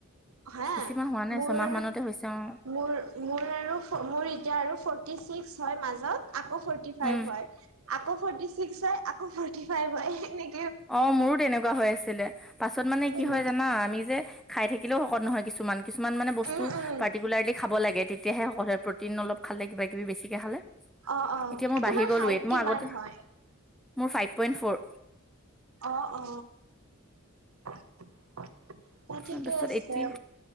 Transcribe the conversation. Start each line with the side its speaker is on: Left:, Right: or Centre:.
Right: হা
Centre: বেছিমাহ হোৱা নাই
Right: মোৰ
Centre: ছমাহ মানতে হৈছে অ',
Right: মোৰ মোৰ আৰু মোৰ এতিয়া আৰু ফ ফৰ্তী ছিক্স হয় মাজত আকৌ ফৰ্টী ফাইভ
Centre: উম,
Right: হয় আকৌ ফৰ্টি ছিক্স হয় আকৌ ফৰ্টি ফাইভ হয় এনে
Centre: অ মোৰো তেনেকুৱা হৈ আছিলে পাছত মানে
Right: উম
Centre: কি হয় জানা আমি যে খাই থাকিলেও শকত নহয় কিছুমান কিছুমান মানে বস্তু
Right: উম উম
Centre: পাৰ্টিকুলাৰলি খাব লাগে তেতিয়াহে শকত হয় প্ৰটিন অলপ খালে কিবা কিবি বেছিকে খালে
Right: অ অ অ
Centre: এতিয়া মোৰ
Right: তোমাৰ
Centre: বাঢ়ি গ'ল
Right: হাইট
Centre: ৱেট
Right: কিমান
Centre: মোৰ আগতে
Right: হয়?
Centre: মোৰ ফাইভ পইণ্ট ফৰ
Right: অ অ <unintelligible> <unintelligible> ঠিকে
Centre: তাৰপিছত
Right: আছে
Centre: এতিয়া